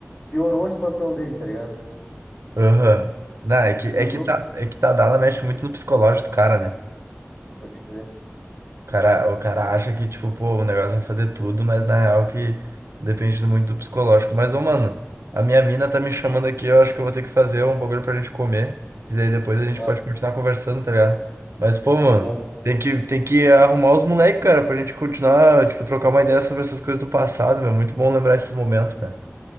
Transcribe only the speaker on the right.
Aham. Não, é que,
é que tá, é que tá dada, mexe muito no psicológico do cara, né?
O cara, o cara acha que, tipo, pô, o negócio é fazer tudo, mas na real que depende muito do psicológico. Mas, ô, mano, a minha mina tá me chamando aqui, eu acho que eu vou ter que fazer um bagulho pra gente comer. E daí depois a gente
pode continuar conversando, tá ligado? Mas, pô, mano,
tem que, tem que arrumar os moleques, cara, pra gente continuar, tipo, trocar uma ideia sobre essas coisas do passado, meu. Muito bom lembrar esses momentos, cara.